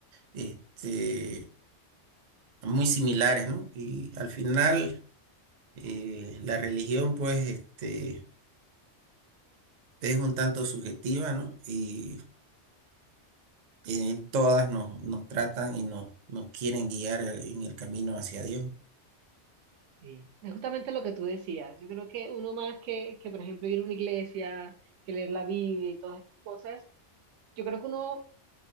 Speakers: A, on the right; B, on the right.
A: este, muy similares, ¿no? Y al final eh, la religión, pues, este, es un tanto subjetiva, ¿no? Y, y en todas nos, nos tratan y nos, nos quieren guiar en el camino hacia Dios.
B: sí. Es justamente lo que tú decías. Yo creo que uno más que, que, por ejemplo, ir a una iglesia, que leer la Biblia y todas estas cosas, Yo creo que uno